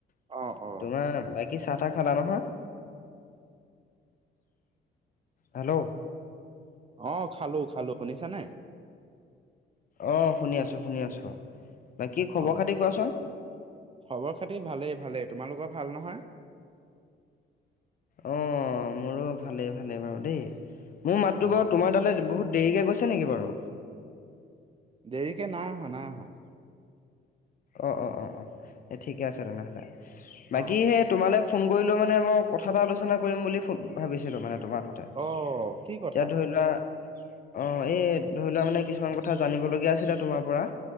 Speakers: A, on the right (about 30°); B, on the left (about 45°).
A: অ অ
B: তোমাৰ বাকী চাহ - তাহ খালা নহয়? হেল্ল'?
A: অ, খালোঁ খালোঁ। শুনিছা নে?
B: অ' শুনি আছো শুনি আছো। বাকি খবৰ
A: অ
B: - খাতি কোৱাচোন?
A: খবৰ খাতি ভালেই, ভালেই, তোমালোকৰ ভাল নহয়?
B: অ, মোৰো ভালেই ভালেই বাৰু দেই। মোৰ মাতটো
A: অ
B: বাৰু তোমাৰ তালে বহুত দেৰিকে গৈছ টে নেকি বাৰু?
A: দেৰিকে নাই অহা নাই অহা।
B: অ অ অ অ, এ ঠিকে আছে তেনেহ'লে, বাকী
A: অ
B: সেই তোমালে ফোন কৰিলোঁ মানে মই কথা এটা আলোচনা কৰিম বুলি ফো ভাবিছিলোঁ মানে তোমাৰ স তা।
A: অ কি কথা
B: ইয়াত ধৰি লোৱা অ, এই ধৰি লোৱা মানে কিছুমান কথা জানিবলগীয়া আছিলে তোমাৰ পৰা?